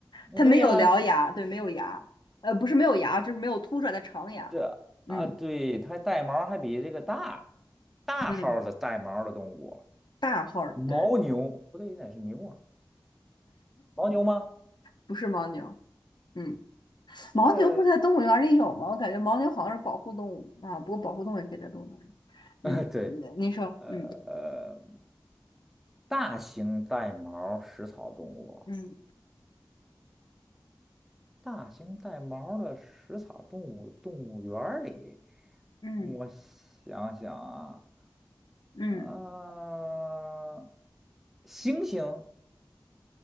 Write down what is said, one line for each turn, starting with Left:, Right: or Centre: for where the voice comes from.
Centre: 那对呀，
Left: 它没有獠牙，对，没有牙，呃，不是没有牙，就是没有凸出来的长牙，
Centre: 这啊，
Left: 嗯
Centre: 对，它带毛儿还比这个大，大号儿的带毛儿的动物，
Left: 嗯，大号儿的，
Centre: 牦牛不对，
Left: 对，
Centre: 那是牛啊，牦牛吗？
Left: 不是牦牛，嗯，牦牛不在动物园儿里有吗？
Centre: 呃，
Left: 我感觉牦牛好像是保护动物啊，不过保护动物也可以在动物园儿里，嗯，
Centre: <laughs> 对，
Left: 你你说，
Centre: 呃，
Left: 嗯
Centre: 大型带毛儿食草动物。
Left: 嗯
Centre: 大型带毛儿的食草动物动物园儿里，
Left: 嗯
Centre: 我想想啊，
Left: 嗯。
Centre: 呃，猩猩，